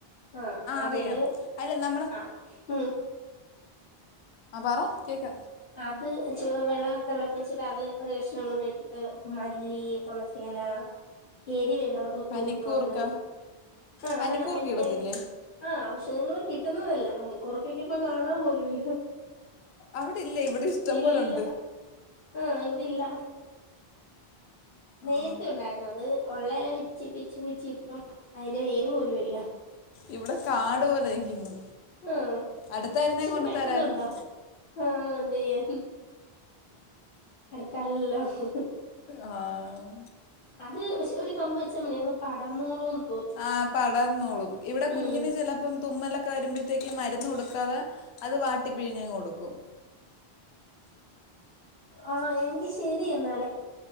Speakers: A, on the left; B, on the left.
A: ആ അതില്
B: അറിയാം അല്ല നമ്മൾ
A: ആ ഉം
B: ആ പറ കേൾക്ക
A: അത് ചു വെള്ളം തിളപ്പിച്ചിട്ട് അത് ഒരു കഷ്ണം കൂടി ഇട്ടിട്ട് മല്ലി തുളസില എരി വേണ്ടവർക്ക കുരുമുളക്
B: പനിക്കൂർക്ക
A: ആ
B: പനിക്കൂർക്ക
A: അതാ എന്തെങ്കിലും
B: ഇടത്തില്ലേ
A: ആ ഔഷധങ്ങൾ കിട്ടുന്നതല്ല മണിക്കൂറക്കൊക്കെ ഇപ്പ കാണാൻ പോലുമില്ല
B: അവിടെ ഇല്ലേ ഇവിടെ ഇഷ്ടം
A: ഇല്ലില്ല
B: പോലെുണ്ട്
A: ആഹ് ഇവിടെ ഇല്ല
B: ആ
A: നേരത്തെ ഉണ്ടായിരുന്നു അത് ഉള്ളല വിച്ച് പിച്ചി പിച്ചി ഇപ്പം അതിന്റെ വേര് പോലും ഇല്ല
B: ഇവിടെ കാട് പോലെ ആയിക്ണ്
A: ആഹ്
B: അടുത്തായിരുന്നേ
A: പക്ഷെ ഇത്
B: കൊണ്ടു
A: പെട്ടെന്നുണ്ടാവും
B: തരായിരുന്നു
A: ആഹ് എന്ത് ചെയ്യാൻ അടുത്താണല്ലോ
B: ആഹ്
A: അത് പക്ഷെ ഒരു കൊമ്പ് വെച്ചാൽ മതി അങ്ങ് പടർന്നോളും ന്ന്
B: ആ പടർന്നോളും ഇവിടെ കുഞ്ഞിന്
A: ഉം
B: ചില ഇപ്പം തുമ്മലൊക്കെ വരുമ്പോഴത്തേക്ക് മരുന്ന് കൊടുക്കാതെ അത് വാട്ടി പിഴിഞ്ഞങ്ങ് കൊടുക്കും
A: ആ എങ്കിൽ ശരി എന്നാലേ